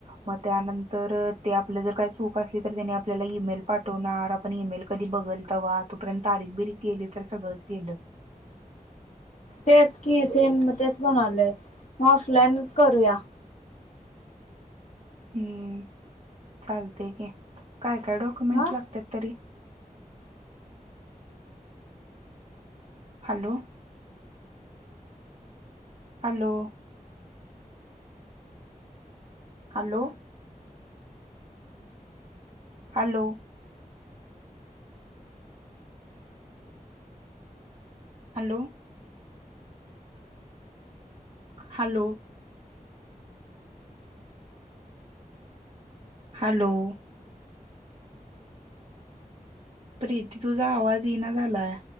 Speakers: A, on the right; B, on the left.
A: मग त्यानंतर ते आपलं जर काही चूक असली तरं त्यांनी आपल्याला ईमेल पाठवणारं आपण ईमेल कधी बघलं तव्हा तोपर्यंत तारीख बिरीक गेली तर सगळंच गेलं. <inaudible>
B: तेच की सेम तेच म्हणालय मग ऑफलाईनच करूया.
A: हम्म चालतय की काय काय डॉक्युमेंट्स
B: हा.
A: लागतात तरी. Hello hello hello hello hello hello hello Preeti तुझा आवाज येइना झालाया.